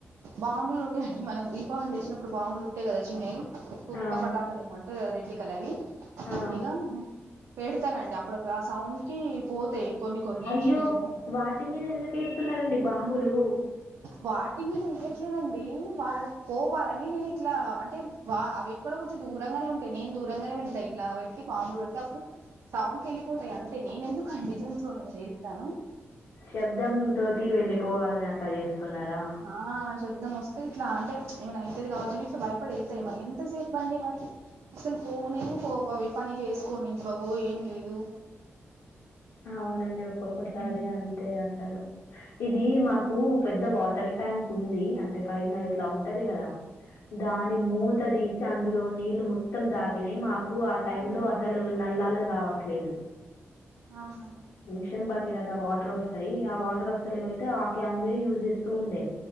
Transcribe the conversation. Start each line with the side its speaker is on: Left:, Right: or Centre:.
Right: బాంబులు ఉండే అండి మనం దీపావలీ చేసినప్పుడు బాంబులు ఉంటాయి కదా చిన్నయ్. ఒక్కో
Left: ఆ
Right: పటాకలు ఎమౌంట్ రెడ్ కలరి
Left: ఆ
Right: ఇగా పెడతానండి అప్పుడపుడు ఆ సౌండ్ కి పోతాయి కొన్ని కొన్ని
Left: అయ్యో
Right: చిన్న చిన్నయ్
Left: వాటి మీద ఎందుకేస్తున్నారండి బాంబులు
Right: వాటి మీద ఎయ్యట్లేదండి వా పోవాలని నేను ఇట్లా అంటే వా అవి ఎక్కడో కొంచెం దూరంగానే ఉంటాయి నేను దూరంగానే పెడతా ఇట్లా పెట్టి బాంబులు పెడితే అప్పుడు సౌండ్కి వెళ్ళిపోతాయి అంతే నేను ఎందుకు అండి జంతువుల మీద ఎస్తాను
Left: శబ్దం తోటి వెళ్ళిపోవాలని అట్లా చేస్తున్నారా
Right: ఆ శబ్దం వస్తే ఇట్లా అంటే ఏమైన అయితేది కావచ్చు అని ఇట్లా భయపడి వెళ్తాయి మన ఎంతసేపు అండి మనకి అసలు పోనే పోవవి పని చేసుకోని ఇవ్వవు ఏం లేదు
Left: అవునండి ఒక్కొక్కసారి
Right: మ్మ్
Left: అంతే అసలు ఇది మాకు పెద్ద వాటర్ ట్యాంక్ ఉంది అంటే పైన ఇట్లా ఉంటది కదా దాని మూత తీసి అందులో నీళ్లు మొత్తం తాగినాయి మాకు ఆ టైం
Right: అయ్యో
Left: లో అసలు నెల్లాలు రావట్లేదు
Right: ఆహా
Left: మిషన్ భగీరథ వాటర్ వస్తాయి ఆ వాటర్ వస్తలేవయితే ఆ క్యాన్వే యూజ్ చేస్తూ ఉండే